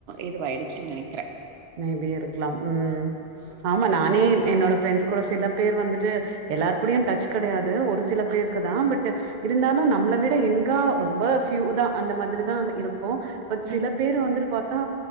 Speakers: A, on the right; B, on the right.
A: இதுவயிடுச்சுன்னு நெனைக்கிறே
B: மேபி இருக்கலாம் ம்
A: ஆ
B: ஆமா
A: அது
B: நானே என்னோட ஃப்ரெண்ட்ஸ் கூட சில பேர் வந்துட்டு எல்லாரு கூடயு டச் கெடையாது ஒரு சில
A: ஆ
B: பேருக்கு தா பட் இருந்தாலு நம்மள விட எங்கா ரொம்ப ஃப்யூ தா அந்த மாதிரிதா இருக் இப்போ பட் சில
A: ம்
B: பேர் வந்துட்டு பாத்தா